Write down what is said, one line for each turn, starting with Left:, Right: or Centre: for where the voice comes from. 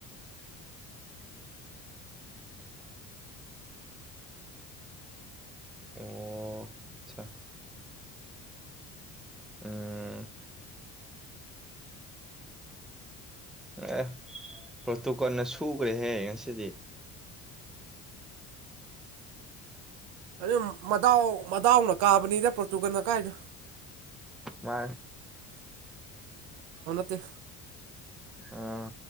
Centre: ꯑꯣ ꯁ ꯎꯝ <unintelligible> ꯑꯦ ꯄ꯭ꯔꯣꯇꯣꯀꯣꯟꯅ ꯁꯨꯈ꯭ꯔꯦꯍꯦ ꯉꯁꯤꯗꯤ
Right: ꯑꯗꯨ ꯃꯗꯥꯎ ꯃꯗꯥꯎꯅ ꯀꯥꯕꯅꯤꯗ ꯄ꯭ꯔꯣꯔꯇꯨꯒꯥꯟ ꯀꯥꯏꯗ
Centre: ꯃꯥ
Right: ꯠꯇ
Centre: ꯑꯥ